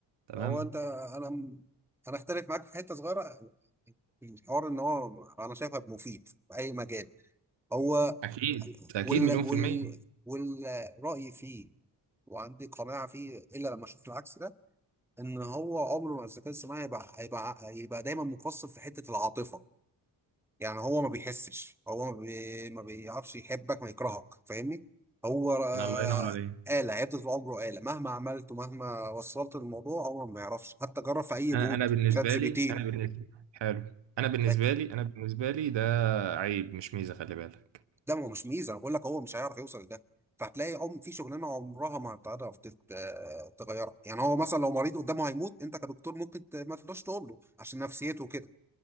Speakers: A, on the right (about 65°); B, in the centre.
A: تمام
B: هو انت انا انا اختلف معاك في حته صغيره الحوار ان هو انا شايفها مفيد في اي مجال هو
A: اكيد اكيد
B: وال
A: مليون
B: وال
A: في الميه
B: والراي فيه وعندي قناعه فيه الا لما اشوف العكس ده ان هو عمره ما الذكاء الصناعي هيبقى هيبقى هيبقى دايما مقصر في حته العاطفه يعني هو ما بيحسش هو ما, بي... ما بيعرفش يحبك ما يكرهك فاهمني هو آه،
A: الله ينور عليك
B: آلة هيفضل طول عمره آلة مهما عملت ومهما وصلت الموضوع هو ما يعرفش حتى جرب في أي
A: انا
B: بوت
A: انا بالنسبه
B: شات جي
A: لي
B: بي تي
A: انا بالنسبه حلو انا بالنسبه
B: هت-
A: لي انا بالنسبه لي ده عيب مش ميزه خلي بالك
B: ده ما هو مش ميزة أنا بقول لك هو مش هيعرف يوصل لده فهتلاقي عم في شغلانة عمرها ما هتعرف تت- آه، تغيرها يعني هو مثلا لو مريض قدامه هيموت أنت كدكتور ممكن ت- ما تقدرش تقول له عشان نفسيته كده